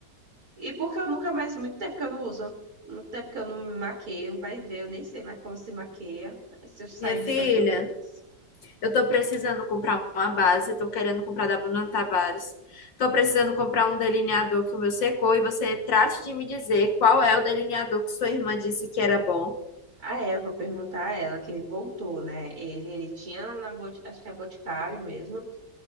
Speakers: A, on the right; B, on the left.
A: E porque eu nunca mais, muito tempo que eu não uso, muito tempo que eu não me maqueio, vai ver, eu nem sei mais como se maqueia. Se eu sair
B: minha filha.
A: um show de horrores.
B: Eu tô precisando comprar uma base, tô querendo comprar da Bruna Tavares. Tô precisando comprar um delineador que o meu secou e você trate de me dizer qual é o delineador que sua irmã disse que era bom.
A: Ah, é, eu vou perguntar a ela, que ele voltou, né? Ele, ele tinha na, Boti- acho que é Boticário mesmo.